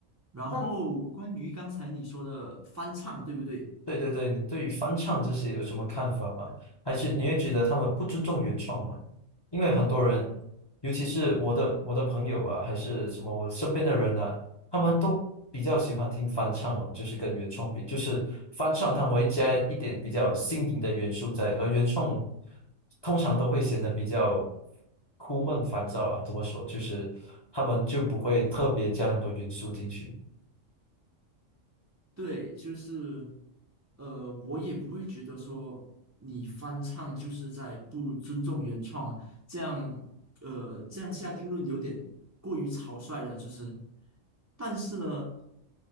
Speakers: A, on the right; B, on the left.
A: 然后关于刚才你说的翻唱，
B: 那
A: 对不对？
B: 对对对，你对于翻唱这些有什么看法吗？还是你会觉得他们不尊重原创吗？因为很多人，尤其是我的我的朋友啊，还是什么我身边的人啊，他们都比较喜欢听翻唱哦，就是跟原创比，就是翻唱他们会加一点比较新颖的元素在，而原创通常都会显得比较枯闷烦躁啊。怎么说？就是他们就不会特别加很多元素进去。
A: 对，就是呃，我也不会觉得说你翻唱就是在不尊重原创啊。这样呃这样下定论有点过于草率了，就是，但是呢，